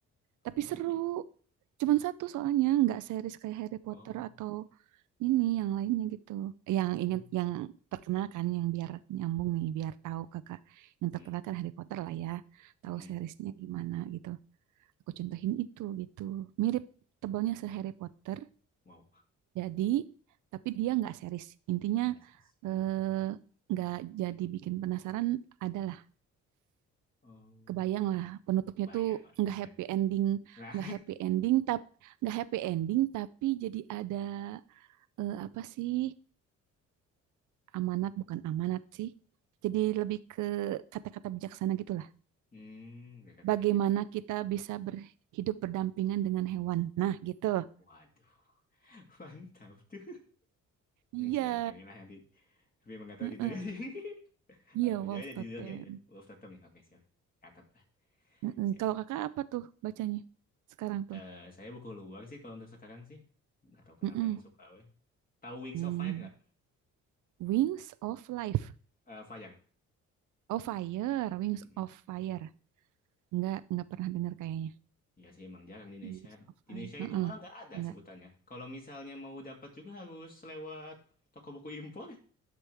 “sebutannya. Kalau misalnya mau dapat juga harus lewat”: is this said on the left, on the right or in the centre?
Left